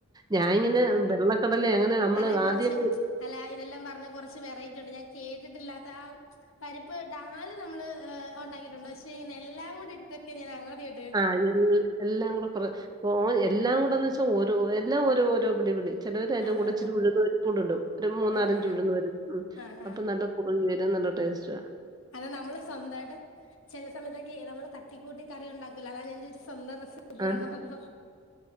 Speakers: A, on the right (about 20°); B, on the left (about 75°).
A: ഞാാനിങ്ങനെ വെള്ളക്കടലെ അങ്ങനെ നമ്മള്
B: അല്ല കുറച്ച്
A: ആദ്യം
B: അല്ല ഇതെല്ലാം പറഞ്ഞ കൊറച്ച് വെറൈറ്റി ഉണ്ട് ഞാൻ കേട്ടിട്ടില്ലാത്ത ആഹ് പരിപ്പ് ഡാല് നമ്മൾ് ഉണ്ടാക്കിയിട്ടുണ്ട് പക്ഷേ ഇങ്ങനെ എല്ലാം കൂടി ഇട്ടൊക്കെ ഞാൻ ആദ്യയിട്ടാ
A: ആഹ് എ എല്ലാം കൂടെ കുറ ഓ എല്ലാം കൂടെന്ന് വെച്ചാ ഓരോ എല്ലാം ഓരോ ഓരോ പിടിപടി ചെലവര് അതിന്റെ
B: ആ
A: കൂടെ
B: ആ
A: ഇച്ചിരി ഉഴുന്ന് പരിപ്പുംകൂടെ ഇടും ഒരു മൂന്നാലഞ്ച്
B: ആ അതെ
A: ഉഴുന്ന്
B: ആ
A: വരും ഉം
B: ആ ആ
A: അപ്പം നല്ല <unintelligible> ടേ സ്റ്റാ
B: അല്ല നമ്മൾ സ്വന്തയിട്ട് ചെല സമയത്തൊക്കെ നമ്മള് തട്ടിക്കൂട്ടി കറി ഉണ്ടാക്കല്ലോ അതാ ഞാൻ ചോദിച്ച സ്വന്ത റെ റെസിപ്പി
A: ആഹ്
B: യാണോന്ന്